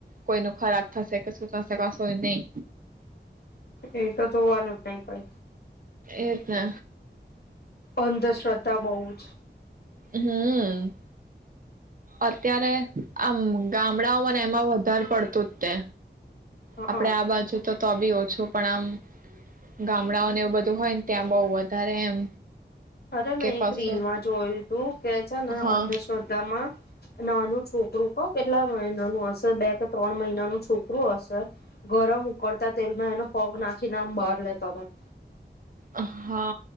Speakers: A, on the right (about 50°); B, on the left (about 60°).
A: કોઈ નુ ખરાબ થશે કે શું થશે કશુજ નહી
B: એ તો જોવાનું જ નહી કોઇ
A: એજને
B: અંધશ્રદ્ધા બહુ જ
A: હા અત્યારે આમ ગામડાઓને એમાં વધારે પડતું જ તે
B: હ
A: આપડે આ બાજુ તો તો બી ઓછું પણ આમ ગામડાઓને એવું બધું હોય ને ત્યાં બહુ વધારે એમ
B: અરે મેં
A: કે કશું
B: એક રીલમાં જોયું તું કે છે ને
A: હા
B: અંધશ્રદ્ધામાં નાનું છોકરું ક કેટલા મહિનાનું હશે બે કે ત્રણ મહિનાનું છોકરું હશે ગરમ ઉકડતા તેલમાં એનો પગ નાખી ને આમ બહાર લેતો હોય
A: હ હા